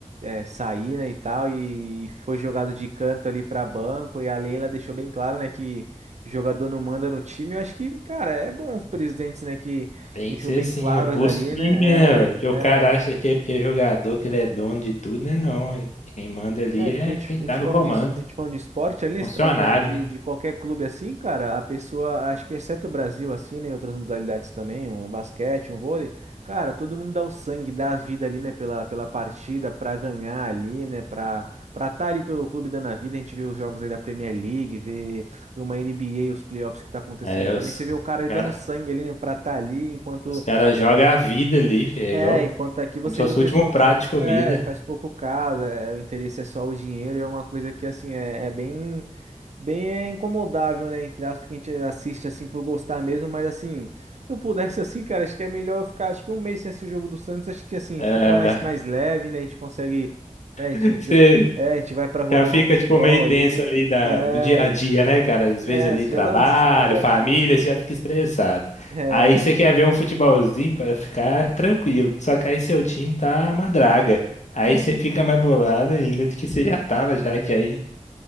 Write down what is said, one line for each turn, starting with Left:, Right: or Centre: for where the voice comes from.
Right: é, sair, né, e tal, e foi jogado de canto ali pra banco, e a Leila deixou bem claro, né, que jogador não manda no time. Eu acho que, cara, é bom os presidentes, né, que
Left: Tem
Right: deixou
Left: que ser
Right: bem
Left: assim,
Right: claros
Left: é posto
Right: ali,
Left: firme,
Right: né?
Left: né, velho? Porque
Right: É,
Left: o
Right: é,
Left: cara acha que é porque é jogador, que ele é dono de tudo, né? Não, é- quem manda ali
Right: É,
Left: é
Right: porque a gente,
Left: quem
Right: a gente
Left: tá no
Right: falando
Left: comando,
Right: de, a gente falando de esporte
Left: é
Right: ali,
Left: funcionário,
Right: né, se tratando de,
Left: né?
Right: de qualquer clube assim, cara, a pessoa, acho que exceto o Brasil, assim, né, em outras modalidades também, um basquete, um vôlei, cara, todo mundo dá o sangue, dá a vida ali, né, pela, pela partida, pra ganhar ali, né, pra, pra estar ali pelo clube dando a vida, a gente vê os jogos aí da Premier League, vê, vê uma NBA, os playoffs que tá acontecendo
Left: É,
Right: também,
Left: os
Right: você vê o cara aí
Left: cara,
Right: dando sangue ali, né, pra estar ali, enquanto
Left: os caras jogam a vida ali, fi, é
Right: é,
Left: igual
Right: enquanto aqui você
Left: como se fosse
Right: vê o pessoal
Left: o último prato de comida.
Right: é, faz pouco caso, é, o interesse é só o dinheiro, e é uma coisa que assim é, é bem bem é, incomodável, né, entre aspas, que a gente assiste assim por gostar mesmo, mas assim, se eu pudesse <laughs> assim, cara, acho que é melhor eu ficar acho que um mês sem assistir o jogo do Santos, acho que assim, a
Left: É,
Right: gente fica mais mais leve, né, a gente consegue, né,
Left: <laughs>
Right: a gente já- é, a gente vai pra rua
Left: Já
Right: jogar
Left: fica,
Right: um futebol
Left: tipo, meio
Right: ali.
Left: tenso ali da,
Right: É,
Left: do dia a dia, né, cara? Às vezes
Right: é,
Left: ali
Right: isso
Left: trabalho,
Right: já dá um desestresse,
Left: família,
Right: né?
Left: você já fica estressado.
Right: É,
Left: Aí você quer ver um futebolzinho pra ficar tranquilo. Só que aí seu time tá uma draga. Aí você fica mais bolado ainda do que você já tava, já que aí